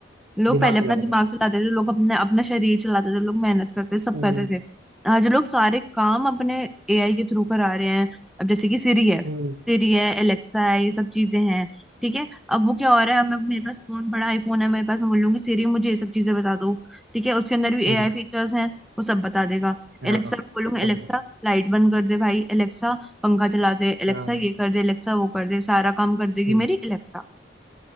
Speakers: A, in the centre; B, on the right.
A: लोग
B: दिमाग
A: पहले
B: चलाते
A: अपना दिमाग
B: थे
A: चलाते थे लोग अपने अपना शरीर चलाते थे लोग मेहनत करते थे सब
B: हम्म
A: करते थे आज लोग सारे काम अपने एआई के थ्रू करा रहे हैं अब जैसे कि सिरी है
B: हम्म
A: सिरी है एलेक्सा है ये सब चीजें हैं ठीक है अब वो क्या हो रहा है मैं मेरे पास फोन बड़ा आईफोन है मेरे पास मैं बोल लूंगी सिरी मुझे ये सब चीजें बता दो ठीक है उसके अंदर भी
B: हम्म
A: एआई फीचर्स हैं वो सब बता देगा
B: हाँ
A: एलेक्सा
B: हाँ
A: को बोलूंगी
B: सब
A: एलेक्सा
B: बताते
A: लाइट बंद कर दे भाई एलेक्सा पंखा चला दे एलेक्सा
B: हाँ
A: ये कर दे एलेक्सा वो कर दे सारा काम कर देगी
B: हम्म
A: मेरी एलेक्सा